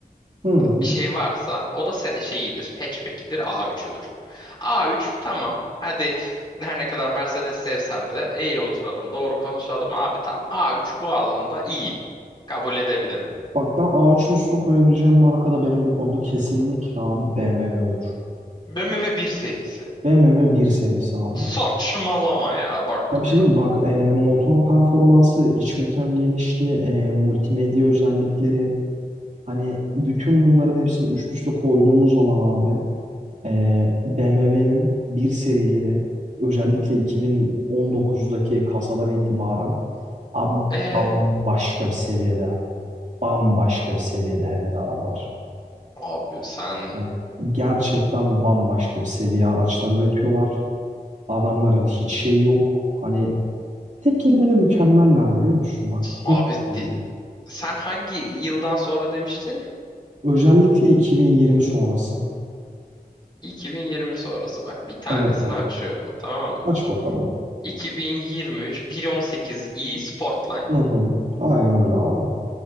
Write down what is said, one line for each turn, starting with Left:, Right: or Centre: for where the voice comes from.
Right: Hı.
Left: bir şey varsa o da se- şeyidir. Hatchback'idir, A3'üdür. A3 tamam. Hadi her ne kadar Mercedes sevsem de eğri oturalım, doğru konuşalım. Abi tam A3 bu alanda iyi. Kabul edebilirim.
Right: Bak ben A3'ün üstüne koyabileceğim marka da benim bu konuda kesinlikle abi BMW olur.
Left: BMW bir serisi.
Right: BMW bir serisi abi.
Left: Saçmalama ya bak
Right: Ben bir şey
Left: ya.
Right: diyeyim mi? Bak e, motor performansı, iç mekan genişliği, e, multimedya özellikleri. Hani bütün bunların hepsini üst üste koyduğumuz zaman abi. Ee, BMW'nin bir serileri özellikle 2019'daki kasadan itibaren abi
Left: E
Right: bambaşka bir seviyede. Bambaşka bir seviyede hem de arabalar.
Left: abi sen
Right: Hani gerçekten bambaşka bir seviye araçlar üretiyorlar. Adamların hiç şey yok. Hani tek kelimeyle mükemmeller biliyor musun? Bak tek
Left: abi
Right: kelimeyle.
Left: di- sen hangi yıldan sonra demiştin?
Right: Özellikle 2020 sonrası.
Left: 2020 sonrası bak bir tanesini
Right: Evet abi.
Left: açıyorum tamam mı?
Right: Aç bakalım.
Left: 2023 1.18i Sportline.
Right: Hı hı. Aynen öyle abi.